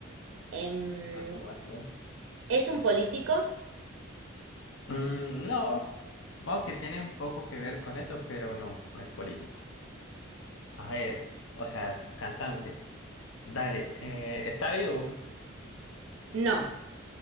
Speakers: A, on the right; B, on the left.
A: Em,
B: Vas tú, vas tú.
A: ¿es un político?
B: Mm, no, supongo que tiene un poco que ver con eso, pero no, no es político. A ver, o sea, es un cantante. Dale, eh, ¿está vivo?
A: No.